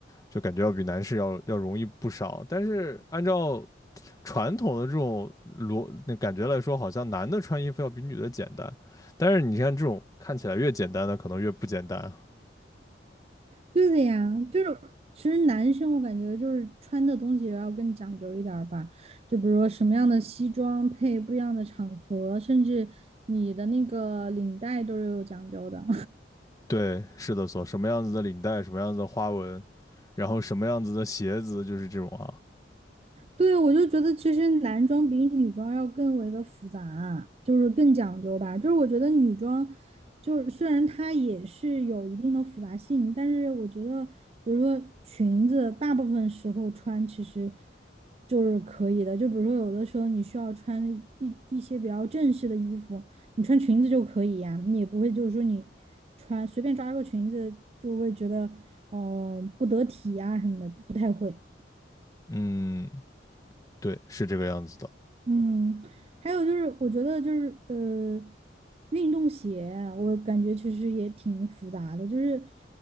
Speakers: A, on the left; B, on the right.
A: 就感觉要比男士要要容易不少。但是按照传统的这种逻那感觉来说，好像男的穿衣服要比女的简单。但是你看这种看起来越简单的，可能越不简单。
B: 对的呀，就是其实男生我感觉就是穿的东西也要更讲究一点儿吧，就比如说什么样的西装配不一样的场合，甚至你的那个领带都是有讲究的。
A: 对，是的所，什么样子的领带，什么样子的花纹，然后什么样子的鞋子，就是这种啊。
B: 对，我就觉得其实男装比女装要更为的复杂啊，就是更讲究吧。就是我觉得女装，就是虽然它也是有一定的复杂性，但是我觉得，比如说裙子，大部分时候穿其实就是可以的。就比如说有的时候你需要穿一一些比较正式的衣服，你穿裙子就可以呀、你也不会就是说你穿随便抓个裙子就会觉得，呃，不得体呀、什么的，不太会。
A: 嗯，对，是这个样子的。
B: 嗯，还有就是，我觉得就是呃，运动鞋啊我感觉其实也挺复杂的。就是